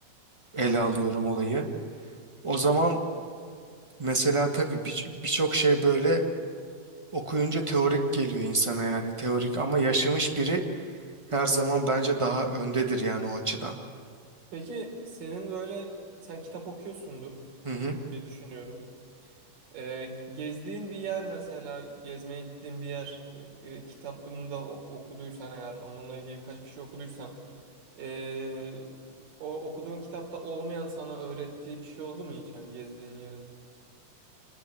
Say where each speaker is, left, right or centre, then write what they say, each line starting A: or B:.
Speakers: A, on the right; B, on the right.
A: ele
B: Ha.
A: alıyorum olayı. O zaman mesela tabii bir- birçok şey böyle okuyunca teorik geliyor insana yani teorik ama yaşamış biri her zaman bence daha öndedir yani o açıdan.
B: Peki senin böyle sen kitap okuyorsundur
A: Hı hı.
B: diye düşünüyorum. Ee, gezdiğin bir yer mesela gezmeye gittiğin bir yer e, e, kitabını da o- okuduysan eğer onunla ilgili birkaç bir şey okuduysan ee, o okuduğun kitapta olmayan sana öğrettiği bir şey oldu mu hiç hani gezdiğin yerin?